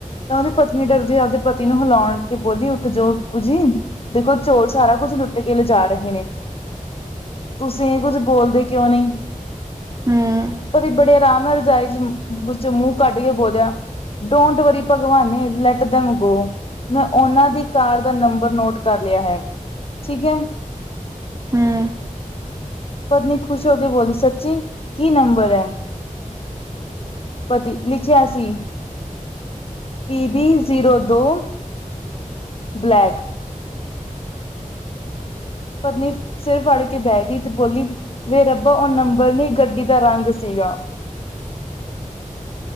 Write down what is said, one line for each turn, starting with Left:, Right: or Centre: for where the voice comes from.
Left: ਤਾਂ ਉਹਦੀ ਪਤਨੀ ਡਰਦੀ ਆ ਆਪਦੇ ਪਤੀ ਨੂੰ ਹਿਲਾਉਣ ਤੇ ਬੋਲੀ ਉੱਠ ਜੋ ਜੀ। ਦੇਖੋ ਚੋਰ ਸਾਰਾ ਕੁਛ ਲੁੱਟ ਕੇ ਲੇਜਾ ਰਹੇ ਨੇ। ਤੁਸੀਂ ਕੁੱਝ ਬੋਲਦੇ ਕਿਉਂ ਨਹੀਂ
Right: ਹੂੰ ਹੂੰ
Left: ਪਤੀ ਬੜੇ ਆਰਾਮ ਨਾਲ ਰਜਾਈ 'ਚ ਮੂੰਹ ਕੱਢ ਕੇ ਬੋਲਿਆ। ਡੋਂਟ ਵਰੀ ਭਗਵਾਨੇ ਲੈਟ ਦਮ ਗੋ। ਮੈਂ ਉਹਨਾਂ ਦੀ ਕਾਰ ਦਾ ਨੰਬਰ ਨੋਟ ਕਰ ਲਿਆ ਹੈ, ਠੀਕ ਹੈ।
Right: ਹਮ।
Left: ਪਤਨੀ ਖੁਸ਼ ਹੋ ਕੇ ਬੋਲੀ ਸੱਚੀ, ਕੀ ਨੰਬਰ ਐ? ਪਤੀ, ਲਿਖਿਆ ਸੀ। ਪੀ ਬੀ ਜ਼ੀਰੋ ਦੋ, ਬਲੈਕ ਪਤਨੀ ਸਿਰ ਫੜ ਕੇ ਬਹਿ ਗਈ ਤੇ ਬੋਲੀ ਵੇ ਰੱਬਾ ਉਹ ਨੰਬਰ ਨੀ ਗੱਡੀ ਦਾ ਰੰਗ ਸੀਗਾ।
Right: <inaudible>